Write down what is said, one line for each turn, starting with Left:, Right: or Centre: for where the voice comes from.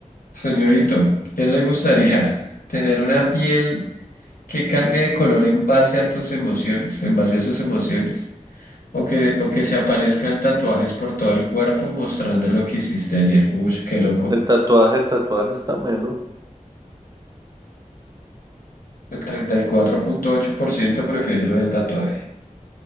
Left: señorito, ¿qué le gustaría? <laughs> ¿Tener una piel que cambie de color en base a tus emociones, en base a sus emociones? ¿O que, o que se aparezcan tatuajes por todo el cuerpo mostrando lo que hiciste ayer? Uy, qué loco.
Right: El tatuaje, el tatuaje está melo.
Left: El treinta y cuatro punto ocho por ciento prefiere lo del tatuaje.